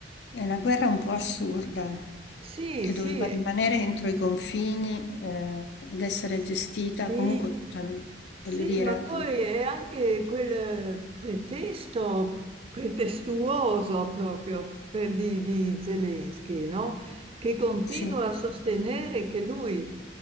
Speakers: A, on the left (about 65°); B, on the right (about 30°).
A: è una guerra un po' assurda,
B: Sì,
A: che
B: sì,
A: doveva rimanere entro i confini, eh, ed essere
B: Sì,
A: gestita
B: sì,
A: comunque, cioè,
B: sì,
A: voglio dire,
B: ma poi
A: tu-
B: è anche quel pretesto pretestuoso proprio per- di, di Zelensky, no? Che continua
A: sì.
B: a sostenere che lui,